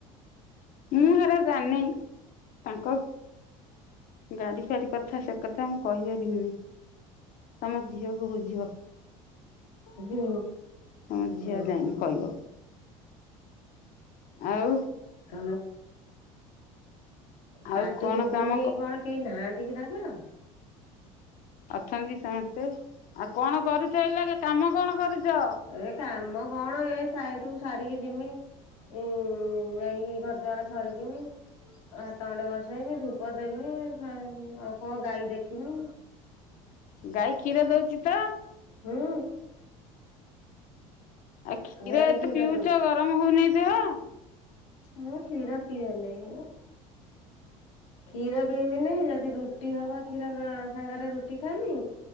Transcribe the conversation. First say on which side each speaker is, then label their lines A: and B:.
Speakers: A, on the left; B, on the left.
A: ମୁଁ ହେରା ଜାନି ତାଙ୍କ ଗାଡି ଫାଡ଼ି କଥା ସେ କଥା ମୁଁ କହିପାରିବିନି ତମ ଝିଅକୁ ବୁଝିବ।
B: ହୁଁ
A: ତମ ଝିଅ
B: ହଁ।
A: ଯାଇନି କହିବ ଆଉ।
B: <unintelligible>
A: ଆଉ
B: ପାଟି
A: କଣ
B: ଶୁଭୁନି
A: କାମ
B: କଣ କେହି ନାହାନ୍ତି? <unintelligible> ତାଙ୍କର
A: ଅଛନ୍ତି ସମସ୍ତେ। ଆଉ କଣ କରୁଛ ଏଲା କେ କାମ କଣ କରୁଛ?
B: ଏ କାମ କଣ ଏ ସାଇଟକୁ ସାରିକି ଯିମି ଉ ଯାଇକି ଘର ଦ୍ୱାର ଖରିକମି ହାତ ଗଣ୍ଡେ ବସେଇମି ଧୂପ ଦେମି ଆଉ କଣ ଗାଈ ଦେଖିମି।
A: ଗାଈ କ୍ଷୀର ଦଉଛି ତ?
B: ହୁଁ।
A: ଆଉ କ୍ଷୀର
B: ଗାଈ
A: ଏତେ ପିଉଛ
B: ଦଉଚି।
A: ଗରମ ହଉନି ଦେହ।
B: ହଁ <unintelligible> କ୍ଷୀର ପିଇଦେଲେ କ୍ଷୀର ପିଇବିନି ଯଦି ରୁଟି। ରୁଟି ହବ କ୍ଷୀର ସାଙ୍ଗରେ ରୁଟି ଖାଇମି